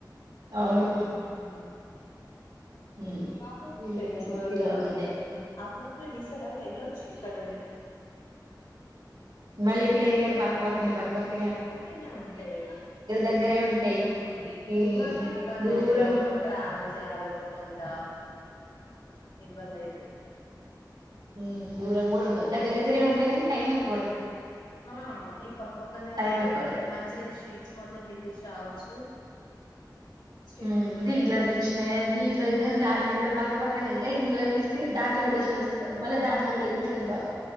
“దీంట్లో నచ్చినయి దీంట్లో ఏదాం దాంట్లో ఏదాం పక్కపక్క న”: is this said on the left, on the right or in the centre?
Right